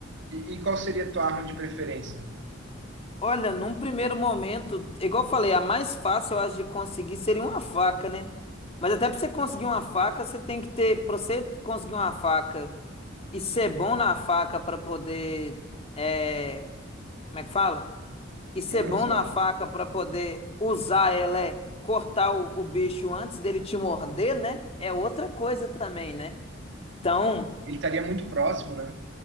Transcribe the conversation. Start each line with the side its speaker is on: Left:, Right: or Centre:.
Right: E, e qual seria a tua arma de preferência?
Left: Olha, num primeiro momento, igual eu falei, a mais fácil, eu acho, de conseguir seria uma faca, né? Mas até pra você conseguir uma faca, você tem que ter. Pra você conseguir uma faca e ser bom na faca pra poder. É, como é que fala? E ser
Right: Manusear.
Left: bom na faca pra poder usar ela é cortar o, o bicho antes dele te morder, né? É outra coisa também, né? Então.
Right: Ele estaria muito próximo, né?